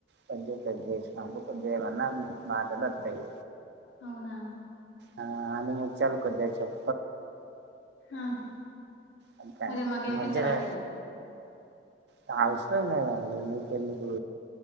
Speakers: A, on the right; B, on the left.
A: కొంచం పెగ్ ఎసినప్పు కొద్దిగా ఏదైనా మాటలోత్తయ్
B: అవునా
A: ఆ అణిముత్యాలు కొద్దిగా చెప్
B: ఆహా
A: అంతే
B: మరి
A: అండి
B: మాకు
A: ఈ
B: వినిపిస్తారండి
A: మధ్యలో
B: అవి
A: తగ్ తుందే నండి మీకెందుకు